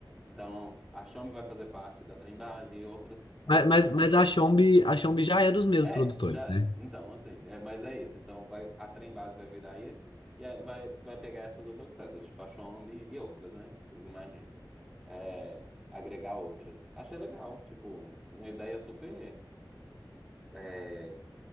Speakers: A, in the centre; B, on the left (about 75°).
A: Então, a Chombi vai fazer parte da Trembase e outras coisas
B: Mas, mas,
A: também.
B: mas a Xombi, a Xombi já é dos mesmos
A: É,
B: produtores,
A: já
B: né?
A: é. Então, assim, é, mas é isso. Então, vai, a Trembase vai virar isso e aí vai, vai pegar essas outras festas, tipo a Chombi e outras, né? Eu imagino. é, agregar outras. Achei legal, tipo, uma ideia super, é,